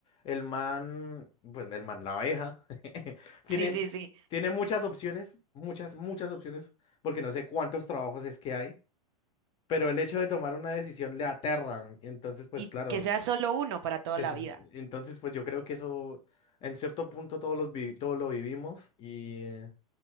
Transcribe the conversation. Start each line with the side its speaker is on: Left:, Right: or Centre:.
Left: el man, pues el man, la abeja, <laughs> tiene,
Right: Sí, sí, sí.
Left: tiene muchas opciones, muchas, muchas opciones, porque no sé cuántos trabajos es que hay, pero el hecho de tomar una decisión le aterra, entonces pues
Right: Y
Left: claro,
Right: que sea solo uno para toda
Left: que
Right: la
Left: se-
Right: vida.
Left: entonces pues yo creo que eso en cierto punto todos los vi- todos lo vivimos y, eh,